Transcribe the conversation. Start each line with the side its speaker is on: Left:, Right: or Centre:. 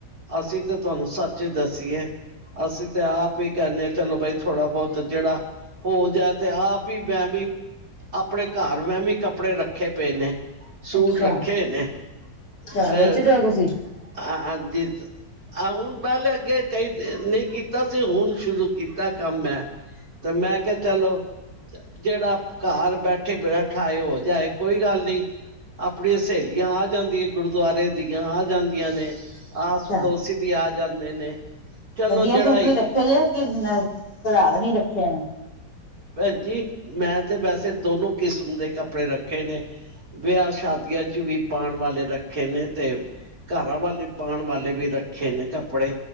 Right: ਅਸੀਂ ਤਾਂ ਤੁਹਾਨੂੰ ਸੱਚ ਹੀ ਦੱਸੀਏ ਅਸੀਂ ਤਾਂ ਆਪ। ਵੀ ਕਹਿੰਦੇ ਆ ਚਲੋ ਬਾਈ ਥੋੜਾ ਬਹੁਤ ਜਿਹੜਾ ਹੋ ਜਾ ਤੇ ਆਪ ਵੀ ਮੈਂ ਵੀ ਆਪਣੇ ਘਰ ਮੈਂ ਵੀ ਕੱਪੜੇ ਰੱਖੇ ਪਏ ਨੇ। ਸੂਟ
Left: ਅੱਛਾ
Right: ਰੱਖੇ ਨੇ
Left: ਅੱਛਾ
Right: ਅ
Left: ਵੇਚਦੇ ਹੋ ਤੁਸੀਂ
Right: ਹਾਂਜੀ। ਆਹ ਹੁਣ ਪਹਿਲੇ ਅੱਗੇ ਕਈ ਨਹੀਂ ਕੀਤਾ ਸੀ ਹੁਣ ਸ਼ੁਰੂ ਕੀਤਾ ਕੰਮ ਮੈਂ। ਤੇ ਮੈਂ ਕਿਹਾ ਚਲੋ ਜਿਹੜਾ ਘਰ ਬੈਠੇ ਬੈਠਾਏ ਹੋ ਜਾਏ ਕੋਈ ਗੱਲ ਨੀ। ਆਪਣੀਆਂ ਸਹੇਲੀਆਂ ਆ ਜਾਂਦੀਆਂ ਗੁਰਦੁਆਰੇ ਦੀਆਂ ਆ ਜਾਂਦੀਆਂ ਨੇ। ਆਸ
Left: ਅੱਛਾ
Right: ਪੜੋਸੀ ਵੀ ਆ ਜਾਂਦੇ ਨੇ। ਚਲੋ
Left: ਵਧੀਆ
Right: ਜਿਹੜਾ
Left: ਸੂਟ ਵੀ
Right: ਇੱਕ
Left: ਰੱਖੇ ਜੇ ਕਿ ਸੁਧਾਰਨੀ ਰੱਖੇ ਨੇ।
Right: ਭੈਣ ਜੀ ਮੈਂ ਤੇ ਵੈਸੇ ਦੋਨੋ ਕਿਸਮ ਦੇ ਕੱਪੜੇ ਰੱਖੇ ਨੇ। ਵਿਆਹ ਸ਼ਾਦੀਆਂ ਚ ਵੀ ਪਾਣ ਵਾਲੇ ਰੱਖੇ ਨੇ ਤੇ। ਘਰਾਂ ਵਾਲੇ ਪਾਉਣ ਵਾਲੇ ਵੀ ਰੱਖੇ ਨੇ ਕੱਪੜੇ।